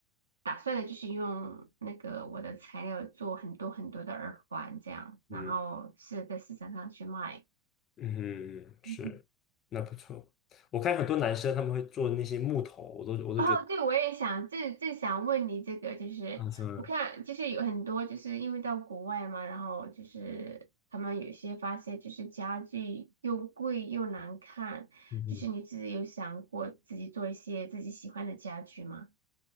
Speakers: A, on the right (about 75°); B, on the left (about 30°).
A: 打算的就是用那个我的材料做很多很多的耳环这样，然后是在市场上去卖。
B: 嗯。嗯，是，
A: <laughs>
B: 那不错。我看很多男生他们会做那些木头，我都我都觉得
A: 哦，对，我也想，正正想问你这个，就是我看，
B: 啊什么的
A: 就是有很多，就是因为到国外嘛，然后就是他们有些发现，就是家具又贵又难看，
B: 嗯哼，
A: 就是你自己有想过自己做一些自己喜欢的家具吗？